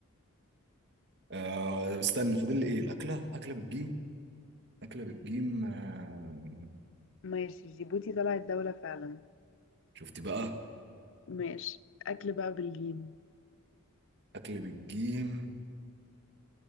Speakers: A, on the right (about 50°); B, on the left (about 60°).
A: آه استنى فاضل لي ايه الاكله اكله بالجيم اكله بالجيم آه
B: ماشي جيبوتي طلعت دولة فعلا
A: شفت بقى
B: ماشي أكل بقى بالجيم
A: اكل بالجيم